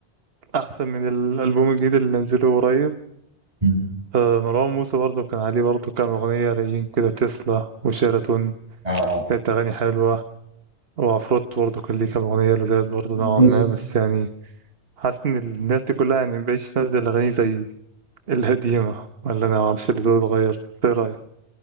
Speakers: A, on the right; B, on the right.
A: أحسن من الألبوم الجديد اللي نزله قريب
B: مم.
A: آه، مروان موسى برضه كان عليه برضه كام أغنية رايقين كده تسلا وشيراتون
B: اه
A: كانت أغاني حلوة وعفروت برضه كان ليه كام أغنية لذاذ برضه
B: بص
A: نوعا ما بس يعني حاسس إن الناس دي كلها يعني مبقتش تنزل أغاني زي القديمة ولا أنا معرفش اللي دول اتغير إيه رأيك؟